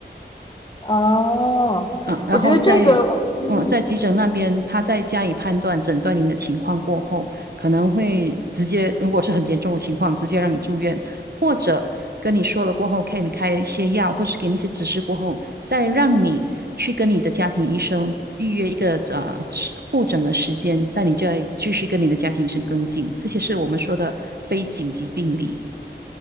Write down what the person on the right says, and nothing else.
啊，然后在嗯，
在急诊那边，他再加以判断、诊断您的情况过后，可能会直接，如果是很严重的情况，直接让你住院，或者跟你说了过后，给你开一些药，或是给你一些指示过后，再让你去跟你的家庭医生预约一个呃时复诊的时间，在你这里继续跟你的家庭医生跟进。这些是我们说的非紧急病例。